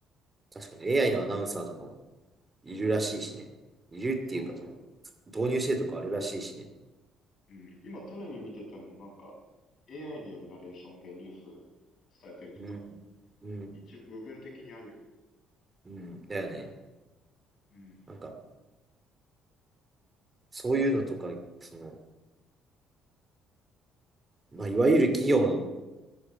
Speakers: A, on the right; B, on the left.
A: 確かに AI のアナウンサーとかもいるらしいしね。いるっていうか、
B: そう。
A: その、導入してるとかあるらしいしね。
B: うん、今テレビ見ててもなんか AI によるナレーションでニュース伝えてるとか、
A: うん。うん。
B: 一部部分的にあるよ。
A: うん。だよね。
B: うん。
A: なんか、そういうのとか、その、まあ、いわゆる企業の